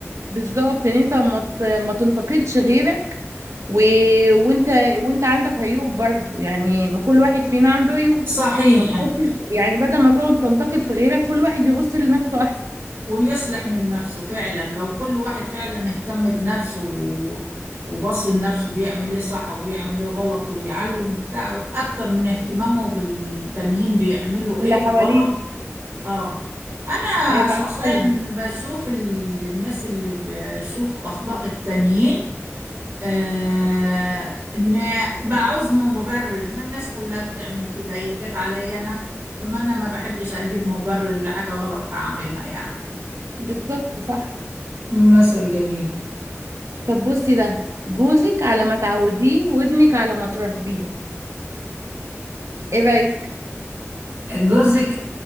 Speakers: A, on the right; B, on the right.
A: بالظبط ان انت ما ت- ما تنتقدش غيرك و... وانت وانت عندك عيوب برضو يعني ما كل واحد فينا عنده عيوب
B: صحيح
A: ما تحطش يعني بدل ما تقعد تنتقد في غيرك كل واحد يبص لنفسه احسن
B: ويصلح من نفسه فعلا لو كل واحد فعلا اهتم بنفسه و- وبص لنفسه بيعمل ايه صح وبيعمل ايه غلط ويعلم بتاع اكتر من اهتمامه بالتانيين بيعملوا ايه
A: اللي حواليه
B: غلط اه انا
A: هيبقى
B: شخصيا
A: احسن له
B: بشوف ال- الناس اللي بشوف اخطاء التانيين آه ان بعوز من مبرر ما الناس كلها بتعمل كده هي جت عليا انا فما انا ما بحبش اجيب مبرر لحاجة غلط هعملها يعني
A: بالظبط صح
B: مثل جميل
A: طب بصي ده جوزك على ما تعوديه وابنك على ما تربيه ايه رايك
B: جوزك